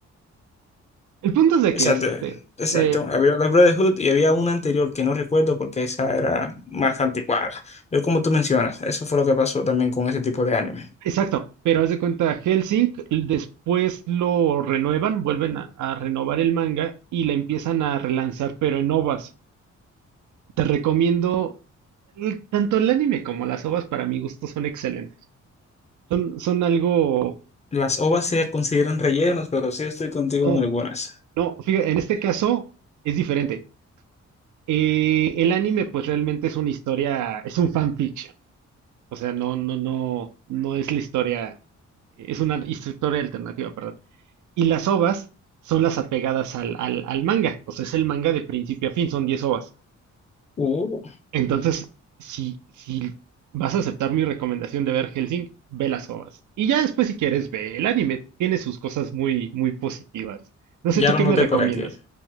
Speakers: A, on the right (about 75°); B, on the left (about 20°).
A: El punto es de
B: Exacto,
A: que este,
B: exacto.
A: eh,
B: Había la Brotherhood y había una anterior que no recuerdo porque esa era más anticuada. Pero como tú mencionas, eso fue lo que pasó también con ese tipo de anime.
A: Exacto, pero haz de cuenta, Helsing después lo renuevan, vuelven a, a renovar el manga y la empiezan a relanzar, pero en ovas. Te recomiendo, el- tanto el anime como las ovas para mi gusto son excelentes. Son, son algo,
B: Las OVAs se consideran rellenos, pero sí estoy contigo
A: no,
B: en algunas.
A: no, fíjate, en este caso es diferente. Eh, el anime pues realmente es una historia, es un fanfiction, o sea, no, no, no, no es la historia, es una historia alternativa, perdón. Y las ovas son las apegadas al, al, al manga. O sea, es el manga de principio a fin, son 10 ovas.
B: Uh,
A: Entonces, si, si vas a aceptar mi recomendación de ver Helsing, ve las ovas. Y ya después, si quieres, ve el anime. Tiene sus cosas muy, muy positivas. No sé,
B: ya
A: ¿tú
B: lo
A: qué
B: noté
A: me recomiendas?
B: por aquí.